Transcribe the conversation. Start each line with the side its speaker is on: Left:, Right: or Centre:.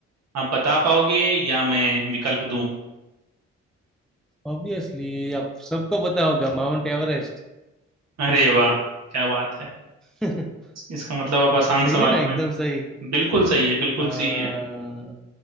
Right: आप बता पाओगे या मैं विकल्प दूं
Centre: ऑब्वियसली आप सबको पता होगा माउंट एवरेस्ट
Right: अरे वाह क्या बात है
Centre: <laughs>
Right: इसका मतलब आप आसान
Centre: सही
Right: सवालों
Centre: है ना एकदम
Right: में
Centre: सही
Right: बिल्कुल सही है बिल्कुल
Centre: हाँ
Right: सही है